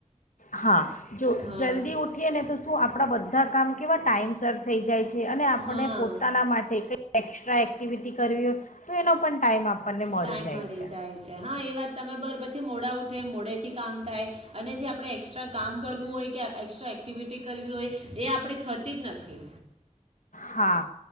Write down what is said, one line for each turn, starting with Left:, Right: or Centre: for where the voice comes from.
Left: હા. જો
Right: હા
Left: જલ્દી ઉઠીએ ને તો શું આપ આપણા બધા કામ કેવા ટાઈમસર થઈ જાય. છે અને આપણે
Right: હા
Left: પોતાના માટે કઈ એક્સ્ટ્રા એક્ટિવિટી કરવી હોય તો એનો પણ ટાઈમ આપણને મળી
Right: ટાઈમ
Left: જાય છે
Right: છે હા એ વાત તમે બાર પછી મોડા ઉઠે મોડેથી કામ થાય અને જે આપણે એક્સ્ટ્રા કામ કરવું હોય કે એકસ્ટ્રા એક્ટિવિટી કરવી હોય એ આપણી થતી જ નથી
Left: હા